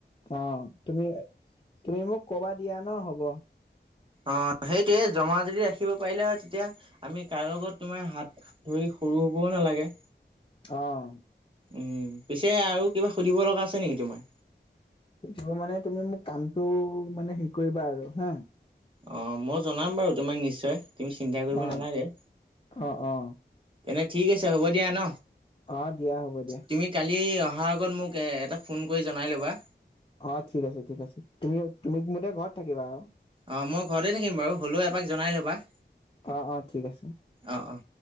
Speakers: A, on the left; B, on the right.
A: অ' তুমি-তুমি মোক কবা দিয়া ন হ'ব।
B: অঁ সেইটোৱে, জমা যদি ৰাখিব পাৰিলা হয় তেতিয়া আমি কাৰো আগত তোমাৰ হাত- ধৰি সৰু হ'বও নালাগে।
A: অঁ।
B: উম, পিছে আৰু কিবা সুধিব লগা আছে নেকি তোমাৰ?
A: সুধিব মানে তুমি মোক কামটো মানে হেৰি কৰিবা আৰু হা।
B: অঁ, মই জনাম বাৰু তোমাক নিশ্চয়, তুমি চিন্তা কৰিব
A: অ
B: নালাগে।
A: অ অ
B: তেনে ঠিক আছে হ'ব দিয়া ন।
A: অঁ, দিয়া হ'ব দিয়া।
B: তুমি কালি অহাৰ আগত মোক এটা ফোন কৰি জনাই ল'বা।
A: অঁ ঠিক আছে ঠিক আছে, তুমি তুমি মোতে ঘৰত থাকিবা আৰু।
B: অঁ, মই ঘৰতেই থাকিম বাৰু হ'লেও এপাক জনাই ল'বা।
A: অহ- অহ' ঠিক আছে।
B: অঁ অঁ।